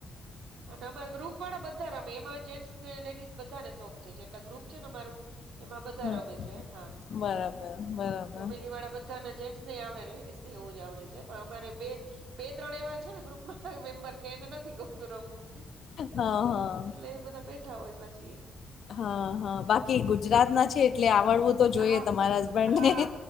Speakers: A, on the right; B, on the left.
A: અને અમાર ગ્રુપ વાળા બધા રમે એમાં જેન્ટસ ને લેડીસ બધાને શોખ છે જે એટલે ગ્રુપ છે ને મારું એમાં બધા
B: હા,
A: રમે છે હા
B: બરાબર બરાબર
A: ફેમિલી વાળા બધા ના જેન્ટ્સ નહ આવડે લેડીસ એવું જ આવડે છે પણ અમારે બે બે ત્રણ એવા છે ને ગ્રુપમાં મેમ્બર કે એને નથી ગમતું રમવું. તો
B: હા હા.
A: એટલે એ બધા બેઠા હોય પછી.
B: હા હા બાકી ગુજરાત ના છે એટલે આવડવું તો જોઈએ
A: હા
B: તમારા હસબન્ડને.
A: હા